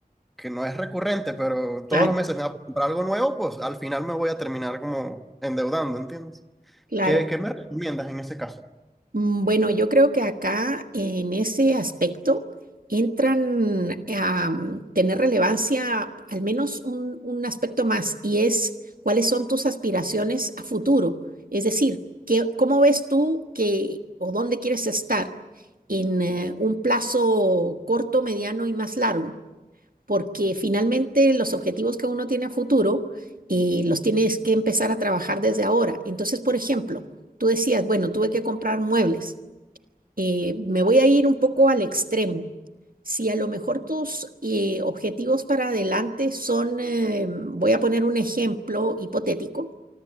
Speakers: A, in the centre; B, on the right.
A: que no es recurrente, pero todos
B: claro,
A: los meses me da por comprar algo nuevo, pues al final me voy a terminar como endeudando, ¿entiendes?
B: claro.
A: ¿Qué, qué me recomiendas en ese caso?
B: Mm, Bueno, yo creo que acá en ese aspecto entran a mm, tener relevancia al menos un, un aspecto más y es cuáles son tus aspiraciones a futuro. Es decir, que, ¿cómo ves tú que o dónde quieres estar en eh, un plazo corto, mediano y más largo? Porque finalmente los objetivos que uno tiene a futuro eh, los tienes que empezar a trabajar desde ahora. Entonces, por ejemplo, tú decías, bueno, tuve que comprar muebles eh, me voy a ir un poco al extremo. Si a lo mejor tus eh, objetivos para adelante son, eh, voy a poner un ejemplo hipotético,